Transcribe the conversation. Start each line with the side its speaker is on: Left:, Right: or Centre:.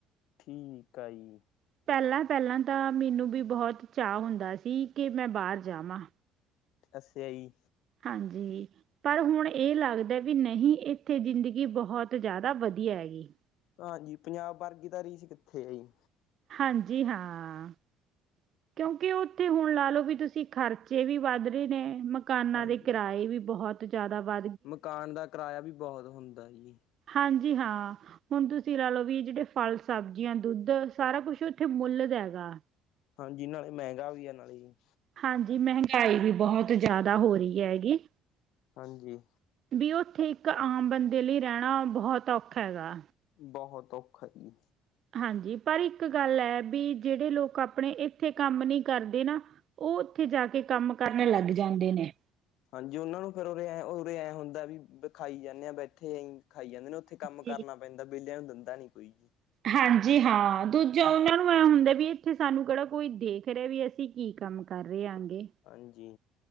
Left: ਠੀਕ ਆ ਜੀ।
Right: ਪੈਲਾਂ-ਪੈਲਾਂ ਤਾਂ ਮੈਨੂੰ ਵੀ ਬੋਹਤ ਚਾਅ ਹੁੰਦਾ ਸੀ ਕਿ ਮੈਂ ਬਾਰ ਜਾਵਾਂ।
Left: ਅੱਸਆ ਈ।
Right: ਹਾਂਜੀ। ਪਰ ਹੁਨ ਏ ਲੱਗਦੈ ਵੀ ਨਹੀਂ ਏਥੇ ਜ਼ਿੰਦਗੀ ਬਹੁਤ ਜਾਦਾ ਵਧੀਆ ਹੈਗੀ।
Left: ਹਾਂਜੀ, ਪੰਜਾਬ ਬਾਰਗੀ ਦਾ ਰੀਸ ਕਿੱਥੇ ਏ ਜੀ।
Right: ਹਾਂਜੀ ਹਾਂ। ਕਿਉਂਕਿ ਉੱਥੇ ਹੁਨ ਲਾ ਲੋ ਵੀ ਤੁਸੀਂ ਖਰਚੇ ਵੀ ਵੱਧ ਰਏ ਨੇ ਮਕਾਨਾਂ
Left: ਹਾਂਜੀ
Right: ਦੇ ਕਿਰਾਏ ਵੀ ਬਹੁਤ ਜਾਦਾ ਵਧ
Left: ਮਕਾਨ ਦਾ ਕਿਰਾਇਆ ਵੀ ਬਹੁਤ ਹੁੰਦਾ ਜੀ।
Right: ਹਾਂਜੀ ਹਾਂ। ਹੁਨ ਤੁਸੀਂ ਲਾ ਲੋ ਵੀ ਜੇੜੇ ਫਲ, ਸਬਜ਼ੀਆਂ, ਦੁੱਧ ਸਾਰਾ ਕੁੱਛ ਉੱਥੇ ਮੁੱਲ ਦਾ ਹੈਗਾ।
Left: ਹਾਂਜੀ ਨਾਲੇ ਮੈਂਗਾ ਵੀ ਆ ਨਾਲੇ ਜੀ।
Right: ਹਾਂਜੀ ਮਹਿੰਗਾਈ ਵੀ ਬਹੁਤ ਜਾਦਾ ਹੋ ਰਹੀ ਹੈਗੀ।
Left: ਹਾਂਜੀ।
Right: ਵੀ ਉੱਥੇ ਇੱਕ ਆਮ ਬੰਦੇ ਲਈ ਰੈਣਾ ਬਹੁਤ ਔਖਾ ਹੈਗਾ।
Left: ਬਹੁਤ ਔਖਾ ਜੀ।
Right: ਹਾਂਜੀ ਪਰ ਇੱਕ ਗੱਲ ਐ, ਬੀ ਜੇੜੇ ਲੋਕ ਆਪਣੇ ਇੱਥੇ ਕੰਮ ਨੀ ਕਰਦੇ ਨਾ ਉ ਉੱਥੇ ਜਾ ਕੇ ਕੰਮ ਕਰਨੇ ਲੱਗ ਜਾਂਦੇ ਨੇ।
Left: ਹਾਂਜੀ ਉਨਾ ਨੂੰ ਫੇਰ ਉਰੇ ਐ- ਉਰੇ ਐ ਹੁੰਦਾ ਵੀ ਖਾਈ ਜਾਂਨੇ ਆ ਬੈਠੇਂ ਖਾਈ ਜਾਂਦੇ ਨੇ। ਉੱਥੇ ਕੰਮ
Right: ਜੀ
Left: ਕਰਨਾ ਪੈਂਦਾ ਬੇਲੇਆਂ ਨੂੰ ਦਿੰਦਾ ਨੀ ਕੋਈ ਜੀ।
Right: ਹਾਂਜੀ ਹਾਂ, ਦੂਜਾ ਉਨਾਂ ਨੂੰ ਐ ਹੁੰਦਾ ਵੀ ਇੱਥੇ ਸਾਨੂੰ ਕੇੜਾ ਕੋਈ ਦੇਖ ਰਿਆ ਵੀ ਅਸੀਂ ਕੀ ਕੰਮ ਕਰ ਰਹੇਗੇ।
Left: ਹਾਂਜੀ।